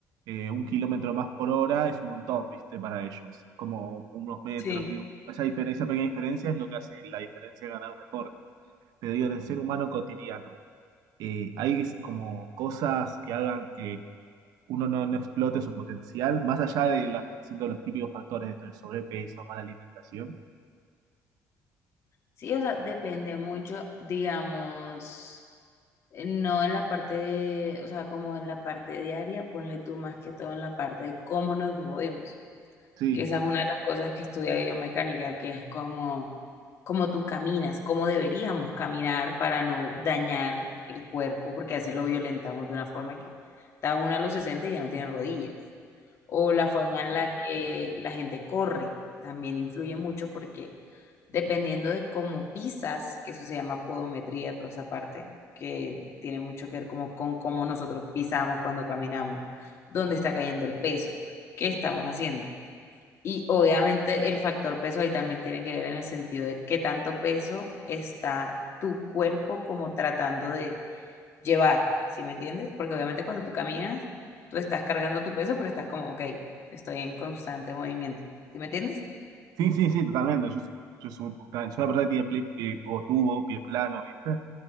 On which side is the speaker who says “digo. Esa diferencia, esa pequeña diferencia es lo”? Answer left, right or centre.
Right